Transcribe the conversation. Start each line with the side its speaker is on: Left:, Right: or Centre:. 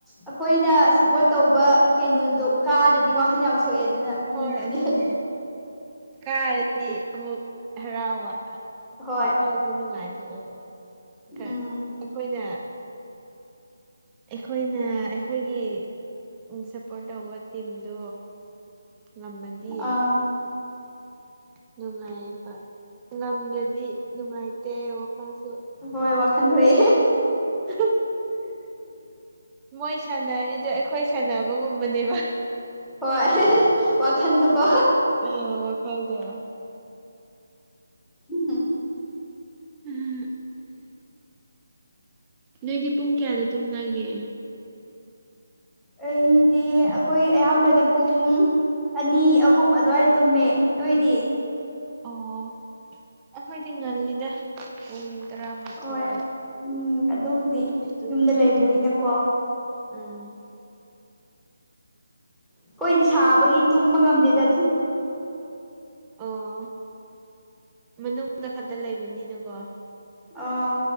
Centre: ꯑꯩꯈꯣꯏꯅ ꯁꯞꯄꯣꯔꯠ ꯇꯧꯕ ꯀꯩꯅꯣꯗꯣ ꯀꯥꯗꯗꯤ ꯋꯥꯈꯟ ꯌꯥꯝ ꯁꯣꯛꯑꯦ ꯑꯗꯨꯅ
Right: ꯍꯣꯏ
Centre: ꯌꯦꯡꯅꯤꯡꯗꯦ
Right: ꯑꯗꯨꯅꯦ ꯀꯥꯔꯗꯤ ꯑꯃꯨꯛ ꯍꯔꯥꯎꯕ
Centre: ꯍꯣꯏ
Right: ꯋꯥꯈꯜꯗꯤ ꯅꯨꯡꯉꯥꯏꯊꯣꯛꯑꯦꯕ ꯈꯔ
Centre: ꯎꯝ
Right: ꯑꯩꯈꯣꯏꯅ ꯑꯩꯈꯣꯏꯅ ꯑꯩꯈꯣꯏꯒꯤ ꯎꯝ ꯁꯞꯄꯣꯔꯠ ꯇꯧꯕ ꯇꯤꯝꯗꯣ ꯉꯝꯃꯗꯤ
Centre: ꯑꯥ
Right: ꯅꯨꯡꯉꯥꯏꯕ ꯉꯝꯗ꯭ꯔꯗꯤ ꯅꯨꯡꯉꯥꯏꯇꯦ ꯋꯥꯈꯜꯁꯨ
Centre: ꯍꯣꯏ ꯋꯥꯈꯟ ꯊꯣꯛꯑꯦ
Right: <unintelligible> ꯃꯣꯏ ꯁꯥꯟꯅꯔꯤꯗꯣ ꯑꯩꯈꯣꯏ ꯁꯥꯟꯅꯕꯒꯨꯝꯕꯅꯦꯕ
Centre: ꯍꯣꯏ ꯋꯥꯈꯟꯗꯣꯀꯣ
Right: ꯎꯝ ꯋꯥꯈꯜꯗꯣ
Centre: <unintelligible>
Right: ꯎꯝ ꯅꯣꯏꯗꯤ ꯄꯨꯡ ꯀꯌꯥꯗ ꯇꯨꯝꯅꯒꯦ
Centre: ꯑꯩꯗꯤ ꯑꯩꯈꯣꯏ ꯑꯌꯥꯝꯕꯅ ꯄꯨꯡ ꯑꯅꯤ ꯑꯍꯨꯝ ꯑꯗꯨꯋꯥꯏ ꯇꯨꯝꯃꯦ ꯅꯣꯏꯗꯤ
Right: ꯑꯣ ꯑꯩꯈꯣꯏꯗꯤ ꯉꯜꯂꯤꯗ ꯎꯝ ꯇꯔꯥꯃꯥꯊꯣꯏ
Centre: ꯍꯣꯏ ꯎꯝ ꯑꯗꯨꯕꯨꯗꯤ
Right: ꯑꯗꯨꯝꯕꯗ
Centre: ꯌꯨꯝꯗ ꯂꯩꯕꯅꯤꯅꯀꯣ
Right: ꯇꯨꯝꯂꯤ ꯎꯝ
Centre: ꯑꯩꯈꯣꯏꯗꯤ ꯁꯥꯕꯒꯤ ꯇꯨꯝꯕ ꯉꯝꯗꯦꯗ ꯑꯗꯨꯝ
Right: ꯑꯣ ꯃꯅꯨꯡꯗ ꯈꯛꯇ ꯂꯩꯕꯅꯤꯅꯀꯣ
Centre: ꯑꯥ